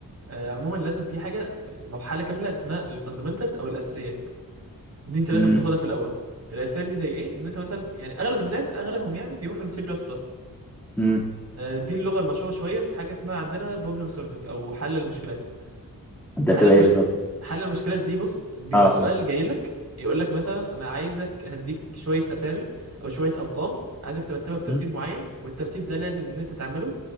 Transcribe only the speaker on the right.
آه، عموما لازم في حاجة مرحلة كاملة اسمها الفاندمنتالز او الاساسيات دي انت لازم
بتاخدها في الاول الاساسيات دي زي ايه ان انت مثلا يعني اغلب الناس اغلبهم يعني بيروحوا للسي بلس بلس
دي اللغة المشهورة شوية في حاجة اسمها عندنا بروبلم سولفنج او حل المشكلات
حل
المشكلة
حل المشكلات دي بص بيبقى
سؤال جاي لك يقول لك مثلا انا عايزك هديك شوية اسامي او شوية ارقام عايزك ترتبها بترتيب
معين والترتيب ده لازم ان انت تعمله